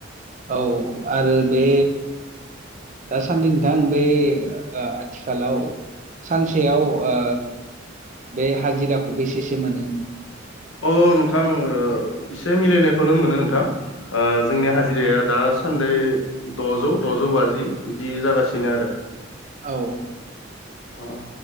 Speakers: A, on the right; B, on the left.
A: औ आरो बे दासान्दि नोंथां बे ओ आथिखालाव सानसेयाव ओ बे हाजिराखौ बेसे से मोनो?
B: औ नोंथां एसे मिलायनायखौनो मोनो नोंथां जोंनि हाजिराया
A: औ
B: दा सानद द'जौ द'जौ बाजि बिदि जागासिनो आरो
A: औ
B: अ